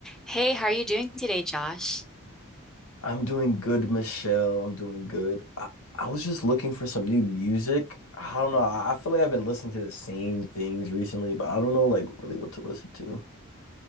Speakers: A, in the centre; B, on the left.
A: Hey, how are you doing today, Josh?
B: I'm doing good, Michelle. I'm doing good. I, I was just looking for some new music. I don't know. I, I feel like I've been listening to the same things recently, but I don't know like really what to listen to.